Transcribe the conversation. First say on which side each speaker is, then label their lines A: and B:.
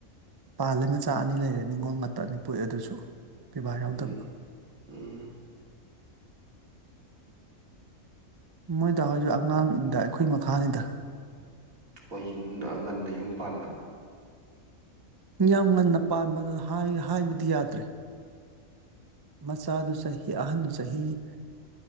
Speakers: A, on the right; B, on the right.
A: ꯄꯥꯜꯂꯦ ꯃꯆꯥ ꯑꯅꯤ ꯂꯩꯔꯦ ꯅꯤꯉꯣꯜ ꯃꯇ ꯑꯅꯤ ꯄꯣꯛꯉꯦ ꯑꯗꯨꯁꯨ ꯄꯤꯕꯥ ꯌꯥꯎꯗꯕ
B: ꯎꯝ ꯎꯝ
A: ꯃꯣꯏꯗ ꯍꯣꯏꯁꯨ ꯑꯉꯥꯡꯅꯤꯗ ꯑꯩꯈꯣꯏ ꯃꯈꯥꯅꯤꯗ
B: ꯍꯣꯏ ꯌꯨꯝꯗ ꯑꯉꯟꯅ ꯌꯨꯝ ꯄꯥꯟꯕ
A: ꯌꯥꯝ ꯉꯟꯅ ꯄꯥꯟꯕꯗ ꯍꯥꯢ ꯍꯥꯏꯕꯗꯤ ꯌꯥꯗ꯭ꯔꯦ ꯃꯆꯥꯗꯨ ꯆꯥꯍꯤ ꯑꯍꯟꯗꯨ ꯆꯍꯤ ꯆꯍꯤ